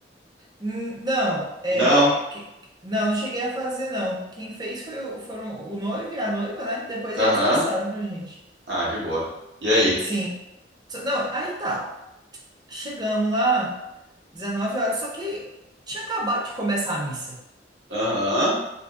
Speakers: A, on the right (about 25°); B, on the right (about 85°).
A: Hum, Não, é,
B: Não?
A: que- não, não cheguei a fazer, não. Quem fez foi o, foram o noivo e a noiva, né? Depois
B: Aham.
A: eles passaram pra gente.
B: Ah, de boa. E aí?
A: Sim. So- Não, aí tá. Chegamos lá, 19 horas, só que tinha acabado de começar a missa.
B: Aham.